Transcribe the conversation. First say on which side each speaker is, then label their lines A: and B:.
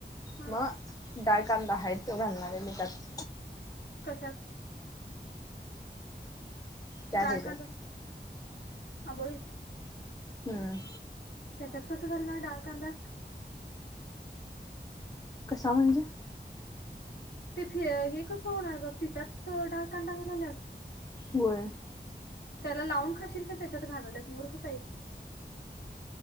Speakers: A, on the left; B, on the left.
A: हा
B: मग दडाळ कांदा आहे तो घालणार आहे मी त्यात
A: कशत
B: त्या
A: दडाळकांदा
B: ह्याच्यात
A: का हा बोलित
B: हम्म
A: त्याच्यात कसं झालंणार डाळ कांदा
B: कसा म्हंज
A: ते फ हे कसं होणार ग पिठात डार्कां दागालाल्यास
B: होय
A: त्याला लावून खाशील का त्याच्यात घालाल्यास मूर्खाच आहेस